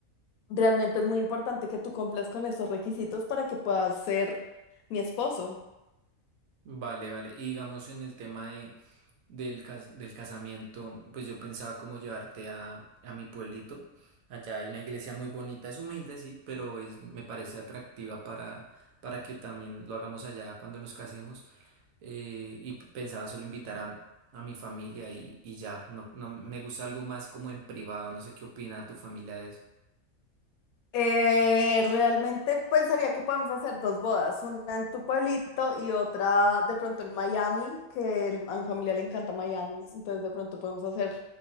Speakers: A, on the left (about 80°); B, on the right (about 75°).
A: Realmente es muy importante que tú cumplas con esos requisitos para que puedas ser mi esposo.
B: Vale, vale. Y digamos en el tema de, del, cas- del casamiento, pues yo pensaba como llevarte a, a mi pueblito. Allá hay una iglesia muy bonita, es humilde, sí, pero es, me parece atractiva para, para que también lo hagamos allá cuando nos casemos. Eh, y p- pensaba solo invitar a, a mi familia y, y ya. No, no me gusta algo más como en privado. No sé qué opina tu familia de eso.
A: Eh, realmente pensaría que podemos hacer dos bodas, una en tu pueblito y otra de pronto en Miami, que el- a mi familia le encanta Miami, entonces de pronto podemos hacer